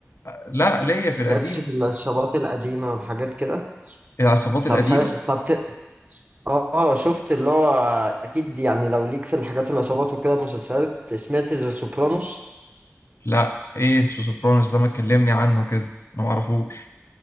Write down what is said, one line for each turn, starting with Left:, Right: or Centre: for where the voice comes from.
Left: لا ليا في القديم
Right: مالكش في العصابات القديمه والحاجات كده
Left: العصابات القديمة
Right: طب حلو طب اه آه، شفت اللي هو اكيد يعني لو ليك في الحاجات العصابات وكده مسلسلات سمعت ذا سوبرانوس
Left: لا ايس وسوبرانوس ده ما تكلمني عنه كده انا ما اعرفوش